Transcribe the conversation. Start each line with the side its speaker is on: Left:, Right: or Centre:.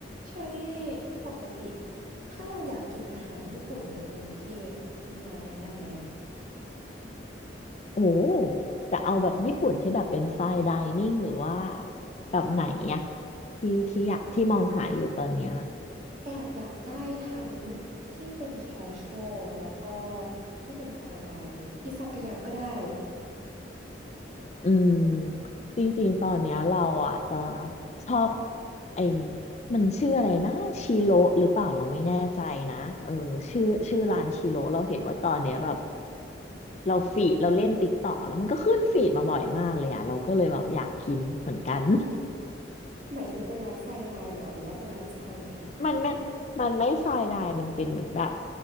Right: เชอรี่ปกติถ้าเราอยากกินอาหารญี่ปุ่นในกรุงเทพมีร้านแนะนำไหม
Left: โอ้จะเอาแบบญี่ปุ่นที่แบบเป็นไฟน์ไดนิ่งหรือว่าแบบไหนอะที่ที่อยากที่มองหาอยู่ตอนเนี้ย
Right: แอบอยากได้ทั้งที่เป็นแคชช a l แล้วก็ที่เป็นไฟน์ไดน์เลยอิซากายะก็ได้
Left: อืมจริงๆตอนเนี้ยเราอ่ะจะชอบไอ้มันชื่ออะไรนะชิโรหรือเปล่าเราไม่แน่ใจนะเออชื่อชื่อร้านชิโรเราเห็นว่าตอนเนี้ยแบบเราฟีดเราเล่นติ๊กต่อกแล้วมันก็ขึ้นฟีดมาบ่อยมากเลยอ่ะเราก็เลยแบบอยากกินเหมือนกัน
Right: หมายถึงเป็นร้านไฟน์ไดน์เหรอหรือว่าเป็นร้านสไตล์ไหน
Left: <laughs> มันไม่มันไม่ไฟน์ไดน์มันเป็นเหมือนแบบ